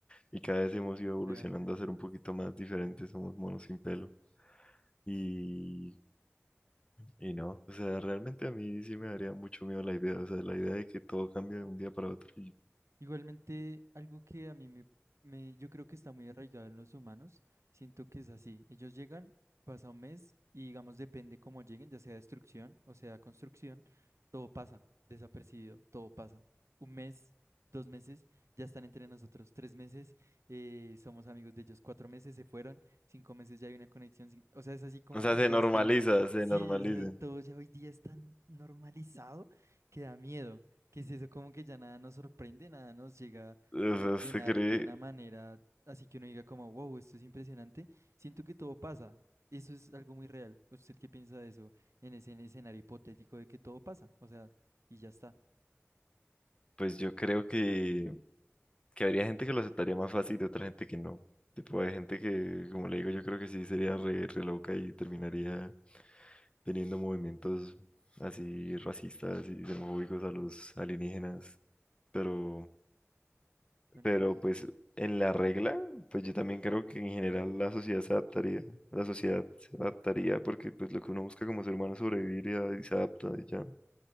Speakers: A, on the left; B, on the right.
A: y cada vez hemos ido evolucionando
B: Real.
A: a ser un poquito más diferentes, somos monos sin pelo. y Y no, o sea, realmente a mí sí me daría mucho miedo la idea, o sea, la idea de que todo cambie de un día para otro. y-
B: Igualmente, algo que a mí me, me- yo creo que está muy arraigado en los humanos, siento que es así. Ellos llegan, pasa un mes y digamos, depende cómo lleguen, ya sea destrucción o sea construcción, todo pasa desapercibido, todo pasa. Un mes, dos meses, ya están entre nosotros. Tres meses, eh, somos amigos de ellos. Cuatro meses se fueron, cinco meses ya hay una conexión. cin- O sea, es así como
A: O sea,
B: que
A: se
B: todo
A: normaliza,
B: es tan,
A: se
B: sí,
A: normaliza.
B: o sea, todo ya hoy día es tan normalizado que da miedo. que es eso? Como que ya nada nos sorprende, nada nos llega
A: O
B: a
A: sea, se
B: llenar
A: cree,
B: de una manera así que uno diga como, wow, esto es impresionante. Siento que todo pasa. Eso es algo muy real. ¿Usted qué piensa de eso en ese en el escenario hipotético de que todo pasa? O sea, y ya está.
A: pues yo creo que, que habría gente que lo aceptaría más fácil y otra gente que no. Tipo, hay gente que, como le digo, yo creo que sí sería re, re loca y terminaría teniendo movimientos así racistas y xenofóbicos a los alienígenas. Pero
B: Bueno,
A: pero
B: también.
A: pues en la regla, pues yo también creo que en general la sociedad se adaptaría, la sociedad se adaptaría porque pues lo que uno busca como ser humano es sobrevivir y, a- y se adapta y ya.